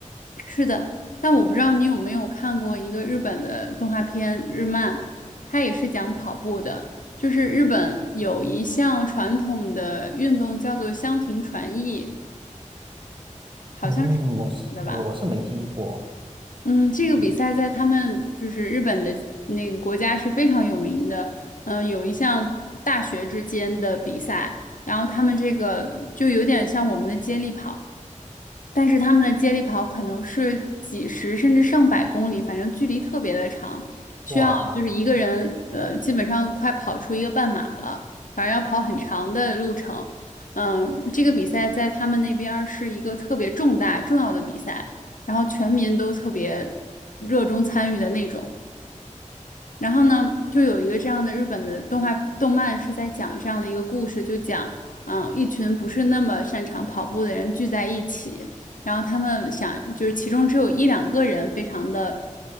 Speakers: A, on the left (about 85°); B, on the right (about 40°).
A: 是的，但我不知道你有没有看过一个日本的动画片日漫，它也是讲跑步的。就是日本有一项传统的运动叫做箱庭传艺，好像是
B: 嗯，我是我我是没听过，
A: 的吧？嗯，这个比赛在他们就是日本的那个国家是非常有名的。嗯，有一项大学之间的比赛，然后他们这个就有点像我们的接力跑。但是他们的接力跑可能是几十甚至上百公里，反正距离特别的长，需要就是一个人，
B: 哇，
A: 呃，基本上快跑出一个半马了，反正要跑很长的路程。嗯，这个比赛在他们那边儿是一个特别重大重要的比赛，然后全民都特别热衷参与的那种。然后呢，就有一个这样的日本的动画动漫是在讲这样的一个故事，就讲，嗯，一群不是那么擅长跑步的人聚在一起，然后他们想，就是其中只有一两个人非常的